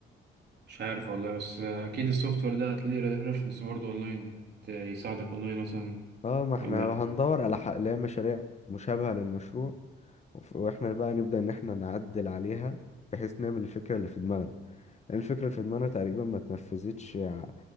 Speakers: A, on the right; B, on the left.
A: مش عارف والله بس آه، اكيد السوفت وير ده هتلاقيه ريفرنس برضه اونلاين ت- يساعدك اونلاين مثلا
B: اه ما احنا
A: ولا ايه
B: هندور على حق اللي هي مشاريع مشابهة للمشروع وف- واحنا بقى نبدأ ان احنا نعدل عليها بحيث نعمل الفكرة اللي في دماغنا لان الفكرة اللي في دماغنا تقريبا ما اتنفذتش ع-